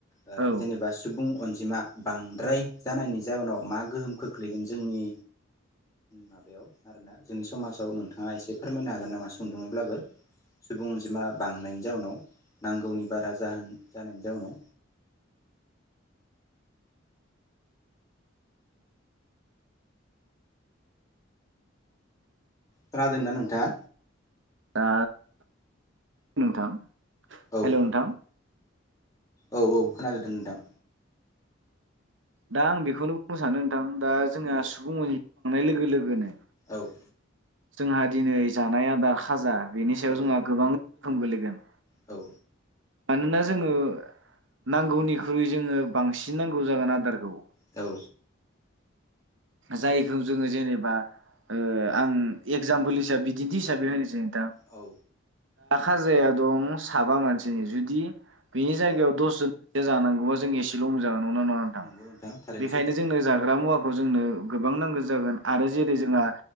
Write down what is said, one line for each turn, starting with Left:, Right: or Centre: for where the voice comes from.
Left: ओ
Right: औ
Left: जेनेबा सुबुं अनज जिमा बांद्राय जानायनि जाउनाव मा गोहोम खोख्लैगोन जोंनि माबायाव आरोना जोंनि समाजाव नोंथाङा इसे फोरमायनो हागोन नामा सुंदुङैब्लाबो सुबुं अनजिमा बांनायनि जाउनाव नांगौनि बारा जाहोन जानायनि जाउनाव खोनादोंना नोंथाङा?
Right: दा नोंथां
Left: औ
Right: हेलौ नोंथां
Left: औ औ खोनादों दे नोंथां।
Right: दा आं बेखौनो बुंनो सानो नोंथां दा जोंहा
Left: औ
Right: सुबुं अन थांनाय लोगो लोगोनो
Left: औ।
Right: जोंहा दिनै जानाय आदा खाजा बेनि सायाव
Left: औ
Right: जोंहा गोबां गोहोम गोलैगोन।
Left: औ।
Right: मानोना जोङो नांगौनिख्रुइ जोङो बांसिन नांगौ जागोन आदारखौ।
Left: औ
Right: जायखौ जोङो जेनेबा ओ आं एगजामपोल हिसाबै बिदिन्थि हिसाबै होनोसै।
Left: औ
Right: आखा जाया दं साबा मानसिनि जुदि बेनि जायगायाव
Left: औ
Right: दसजन जानांगौ जों एसेल' मोजां नङा नंगौना नङा नोंथां
Left: नंगौ थारैनो
Right: बेखायनो
Left: सैथो
Right: जोंनो जाग्रा मुवा जोंनो गोबां नांगौ जागोन आरो
Left: औ
Right: जेरै जोंहा